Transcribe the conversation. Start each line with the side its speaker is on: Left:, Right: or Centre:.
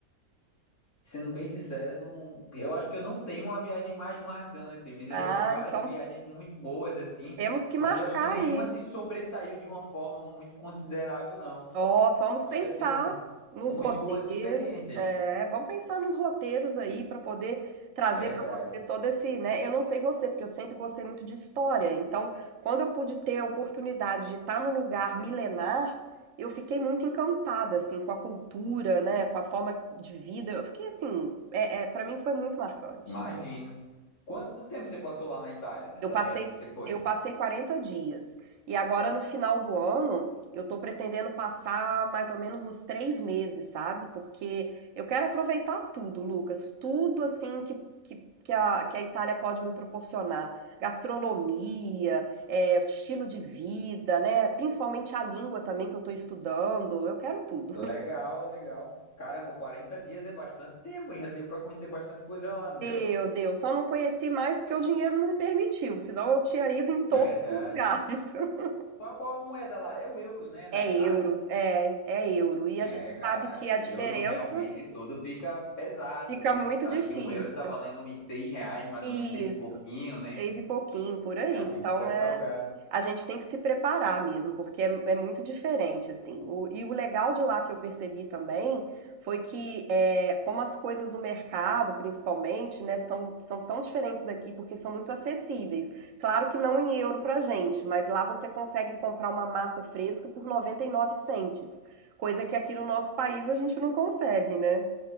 Left: sendo bem sincero, não, eu acho que eu não tenho uma viagem mais marcante. Viz,
Right: Ah,
Left: Eu já fiz várias
Right: então
Left: viagens muito boas assim,
Right: temos que
Left: mas
Right: marcar
Left: eu acho que nenhuma
Right: aí.
Left: se sobressaiu de uma forma muito considerável, não.
Right: Ó, vamos
Left: Mas
Right: pensar
Left: já tenho um-
Right: nos
Left: muito
Right: roteiros,
Left: boas experiências.
Right: é, vamos pensar nos roteiros aí para poder trazer
Left: Verdade.
Right: para você todo esse, né? Eu não sei você, porque eu sempre gostei muito de história. Então, quando eu pude ter a oportunidade de estar num lugar milenar, eu fiquei muito encantada assim com a cultura, né? Com a forma de vida. Eu fiquei assim, é, é, para mim foi muito marcante.
Left: Imagino. Quanto tempo você passou lá na Itália, nessa
Right: Eu passei
Left: viagem que você foi?
Right: eu passei 40 dias. E agora no final do ano, eu tô pretendendo passar mais ou menos uns três meses, sabe? Porque eu quero aproveitar tudo, Lucas, tudo assim que que, que a, que a Itália pode me proporcionar. Gastronomia, é, estilo de vida, né? Principalmente a língua também que eu tô estudando. Eu quero tudo.
Left: Legal, legal. Caramba, 40 dias é bastante tempo, hein? Já deu pra conhecer bastante coisa
Right: <laughs>
Left: lá, não deu?
Right: Meu Deus, só não conheci mais porque o dinheiro não permitiu, senão eu tinha ido em todos
Left: Verdade.
Right: os lugares. <laughs>
Left: Qual, qual a moeda lá? É o euro, né? Na
Right: É
Left: Itália?
Right: euro, é, é euro. E
Left: É,
Right: a gente sabe
Left: cara,
Right: que
Left: euro
Right: a diferença
Left: realmente tudo fica pesado,
Right: fica
Left: né?
Right: muito
Left: Eu acho
Right: difícil.
Left: que um euro tá valendo uns seis reais, mais
Right: Isso,
Left: ou menos, seis e pouquinho, né?
Right: Seis e pouquinho, por aí.
Left: Realmente
Right: Então
Left: fica salgado.
Right: é, a gente tem que se preparar mesmo, porque é, é muito diferente, assim. O- e o legal de lá que eu percebi também foi que, é, como as coisas no mercado, principalmente, né, são, são tão diferentes daqui, porque são muito acessíveis. Claro que não em euro pra gente, mas lá você consegue comprar uma massa fresca por 99 centes, coisa que aqui no nosso país a gente não consegue, né?